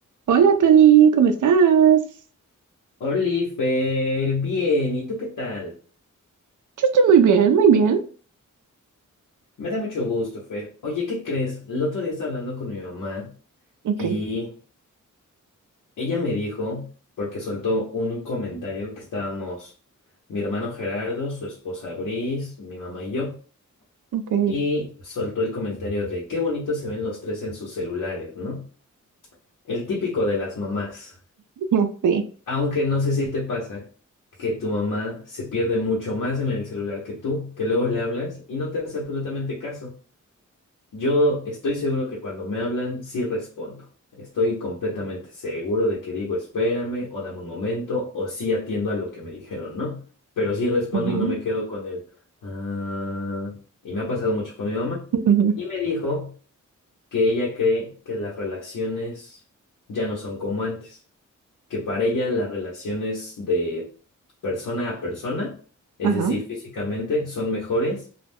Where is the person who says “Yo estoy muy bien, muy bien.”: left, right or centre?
Right